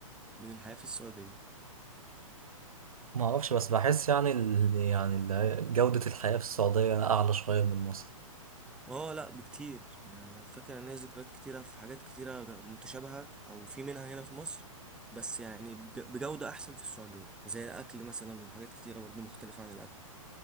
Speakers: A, in the centre; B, on the right (about 85°).
A: من الحياه في السعوديه
B: ما أعرفش بس بحس يعني ال... يعني ال- جودة الحياة في السعودية أعلى شوية من مصر
A: اه لا بكتير يعني فاكر ان ليا ذكريات كتيره في حاجات كتيره متشابهه او في منها هنا في مصر بس يعني بج- بجوده احسن في السعوديه زي الاكل مثلا وحاجات كتيره برضو مختلفه عن الاكل